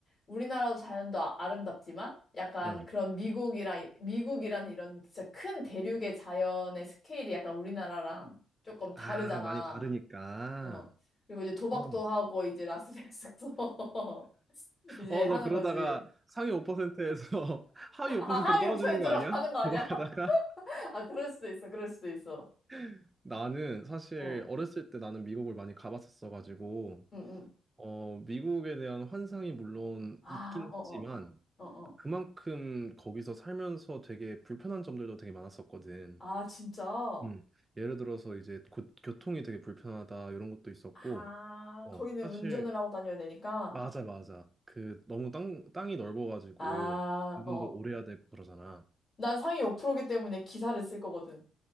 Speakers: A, on the left (about 35°); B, on the right (about 20°).
A: 우리나라도 자연도 아- 아름답지만, 약간
B: 응.
A: 그런 미국이라, 미국이라는 이런 진짜 큰 대륙의 자연의 스케일이 약간 우리나라랑 조금 다르잖아.
B: 아, 많이 다르니까.
A: 어. 그리고 이제 도박도
B: 어.
A: 하고 이제 라스베이거스 가서 <laughs> 이제
B: 어,
A: 하는
B: 너 그러다가
A: 거지.
B: 상위 5%에서 <laughs> 하위 5%로
A: 아, 하위
B: 떨어지는
A: 오픈에 들어가는
B: 거 아니야?
A: 거 아니야?
B: 도박하다가?
A: <laughs> 아, 그럴 수도 있어. 그럴 수도 있어.
B: <laughs> 나는 사실
A: 어.
B: 어렸을 때 나는 미국을 많이 가봤었어가지고,
A: 응, 응.
B: 어, 미국에 대한 환상이 물론
A: 아,
B: 있긴
A: 어,
B: 하지만,
A: 어. 어, 어.
B: 그만큼 거기서 살면서 되게 불편한 점들도 되게 많았었거든.
A: 아, 진짜?
B: 음, 예를 들어서 이제 고, 교통이 되게 불편하다 이런 것도 있었고,
A: 아,
B: 어,
A: 거기는
B: 사실
A: 운전을 하고 다녀야 되니까.
B: 맞아, 맞아. 그 너무 땅 땅이 넓어가지고
A: 아,
B: 운전도
A: 어.
B: 오래 해야 되고 그러잖아.
A: 난 상위 5%이기 때문에 기사를 쓸 거거든.